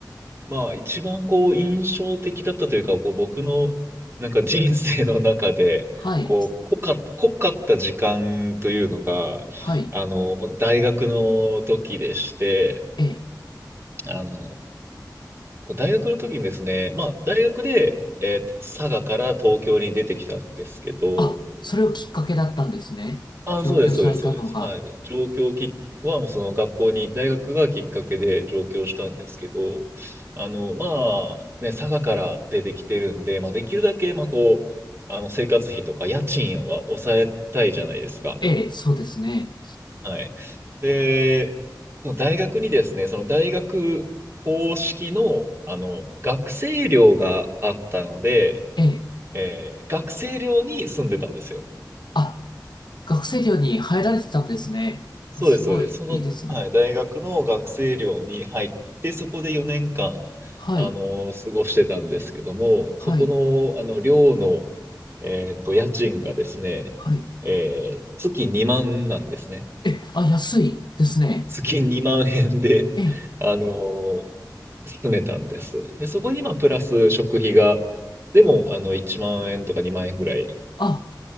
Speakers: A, on the right; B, on the left.
A: まあ、一番こう、印象的だったというか、こう、僕の、なんか人生の中で、
B: はい、
A: こう、濃か、濃かった時間というのが、
B: はい、
A: あの、大学の時でして、
B: ええ。
A: あの、こう大学の時にですね、まあ、大学で、えー佐賀から東京に出てきたんですけど、
B: あ、それをきっかけだったんですね。
A: あ、
B: 上京されたのが。
A: そうです、そうです、そうです。はい。上京きは、もうその学校に、大学がきっかけで上京したんですけど、あの、まあ、ね、佐賀から出てきてるんで、まあ、できるだけ、まあ、こう、あの、生活費とか家賃は抑えたいじゃないですか。
B: ええ、そうですね。
A: はい。で、その大学にですね、その大学公式の、あの、学生寮があったので、
B: ええ。
A: えー学生寮に住んでたんですよ。
B: あ、学生寮に入られてたんですね。
A: そうです、
B: あ、すごい、
A: そうです。その、
B: いいですね。
A: はい、大学の学生寮に入って、そこで4年間、
B: はい、
A: あの、過ごしてたんですけども、そこ
B: はい、
A: の、あの、寮の、えっと、家賃がですね、
B: はい。
A: えー月2万なんですね。
B: え、あ、安いですね。
A: 月2万円で、
B: ええ、
A: <laughs> あの、住めたんです。で、そこに、まあ、プラス食費が、でも、あの、1万円とか2万円ぐらい。
B: あ、